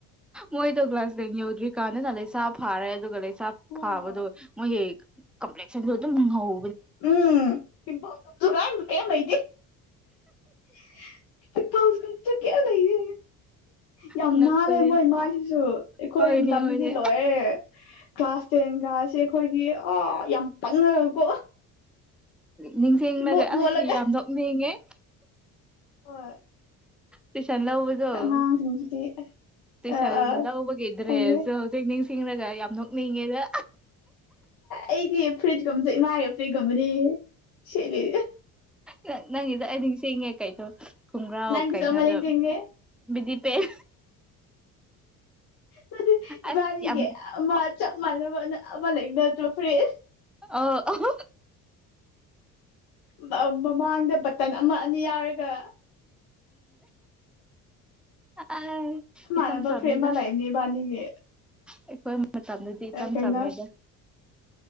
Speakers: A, in the centre; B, on the left.
A: ꯃꯣꯏꯗꯣ ꯀ꯭ꯂꯥꯁ ꯗꯦꯜ ꯌꯎꯗ꯭ꯔꯤ ꯀꯥꯟꯅ ꯅ ꯂꯩꯁ ꯐꯥꯔꯦ ꯑꯗꯨꯒ ꯂꯩ ꯄꯥꯞ
B: ꯑꯣ
A: ꯐꯥꯕꯗꯣ ꯃꯣꯏꯒꯤ ꯀꯝꯄ꯭ꯂꯦꯛꯁꯟꯗꯨ ꯑꯗꯨꯝ ꯉꯧ
B: ꯎꯝ ꯄꯤꯝꯄꯜ <unintelligible> ꯀꯩꯌꯤꯝ ꯂꯩꯇꯦ <unintelligible> ꯌꯥꯝ
A: ꯑꯉꯛꯄꯅꯦ
B: ꯅꯥꯥꯜꯂꯦ ꯃꯣꯏ ꯏꯃꯥꯏꯁꯤꯁꯨ ꯑꯩꯈꯣꯏ
A: ꯍꯣꯏꯅꯦ
B: ꯃꯇꯝꯗꯗꯤ
A: ꯍꯣꯏꯅꯦ
B: ꯂꯣꯏꯔꯦ ꯀ꯭ꯂꯥꯁ ꯇꯦꯟꯒꯥꯁꯦ ꯈꯣꯏꯒꯤ ꯑ ꯌꯥꯝ ꯄꯪꯉꯒꯀꯣ
A: ꯅꯤꯡꯁꯤꯡꯂꯒ
B: ꯏꯃꯣꯠ ꯃꯣꯠꯂꯒ
A: ꯑ ꯌꯥꯝ ꯅꯣꯛꯅꯤꯡꯉꯦ
B: ꯍꯣꯏ
A: ꯇꯧꯏꯁꯟ ꯂꯧꯕꯗꯣ
B: ꯑꯉꯥꯡꯁꯤꯡꯁꯤꯗꯤ
A: ꯇꯨꯏꯁꯟ
B: ꯑ ꯑ
A: ꯂꯧꯕꯒꯤ ꯗ꯭ꯔꯦꯁꯖꯣ
B: ꯈꯪꯉꯦ
A: ꯍꯧꯖꯤꯛ ꯅꯤꯡꯁꯤꯡꯔꯒ ꯌꯥꯝ ꯅꯣꯛꯅꯤꯡꯉꯤꯗ
B: ꯑꯩꯗꯤ ꯐ꯭ꯔꯤꯠꯀꯨꯝꯕꯁꯦ ꯏꯃꯥꯒꯤ ꯐ꯭ꯔꯤꯖꯀꯨꯝꯕꯅꯤ ꯁꯦꯠꯂꯤ
A: ꯅꯪ ꯅꯪꯒꯤꯗ ꯑꯩ ꯅꯤꯡꯁꯤꯡꯉꯦ ꯀꯩꯗꯣ ꯈꯣꯡꯒ꯭ꯔꯥꯎ
B: ꯅꯪꯒꯤꯁꯨ
A: ꯀꯩꯅꯣꯗꯣ
B: ꯑꯃ ꯅꯤꯡꯁꯤꯡꯉꯦ
A: ꯕꯤꯗꯤ ꯄꯦꯟ
B: ꯅꯗꯤ ꯏꯕꯥꯅꯤꯒꯤ
A: ꯑꯁ ꯌꯥꯝ
B: ꯑꯃ ꯆꯞ ꯃꯥꯟꯅꯕ ꯑꯃ ꯂꯩꯕ ꯅꯠꯇ꯭ꯔꯣ ꯐꯨꯔꯤꯠ
A: ꯑꯧ ꯑꯧ
B: ꯕꯥ ꯃꯃꯥꯡꯗ ꯕꯇꯟ ꯑꯃ ꯑꯅꯤ ꯌꯥꯎꯔꯒ
A: ꯎꯝ
B: ꯆꯞ ꯃꯥꯟꯅꯕ
A: ꯏꯆꯝ ꯆꯝꯃꯦꯗ
B: ꯐꯨꯔꯤꯠ ꯑꯃ ꯂꯩꯥꯅꯤ ꯏꯕꯥꯅꯤꯒꯤ
A: ꯑꯩꯈꯣꯏ ꯃꯇꯝꯗꯗꯤ ꯏꯆꯝ
B: ꯀꯩꯅꯣ
A: ꯆꯝꯃꯦꯗ